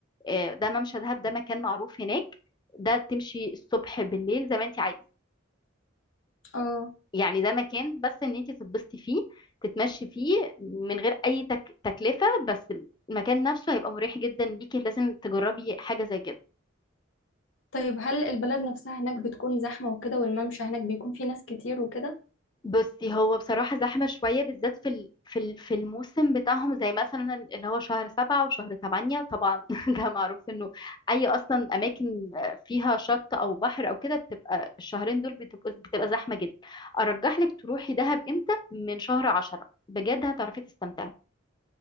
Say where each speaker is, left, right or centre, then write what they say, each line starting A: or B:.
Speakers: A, on the left (about 20°); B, on the left (about 80°).
A: آه، ده ممشى دهب ده مكان معروف هناك ده تمشي الصبح بالليل زي ما انت عايز
B: اه
A: يعني ده مكان بس ان انت تتبسطي فيه تتمشي فيه من غير اي تك... تكلفة بس المكان نفسه هيبقى مريح جدا ليكي لازم تجربي حاجة زي كده
B: طيب هل البلد نفسها هناك بتكون زحمة وكده والممشى هناك بيكون فيه ناس كتير وكده
A: بصي هو بصراحة زحمة شوية بالذات في ال- في ال- في الموسم بتاعهم زي مثلا اللي هو شهر سبعة وشهر تمانية طبعا <laughs> ده معروف انه اي اصلا اماكن فيها شط او بحر او كده بتبقى الشهرين دول بتبقى بتبقى زحمة جدا ارجح لك تروحي دهب امتى من شهر عشرة بجد هتعرفي تستمتعي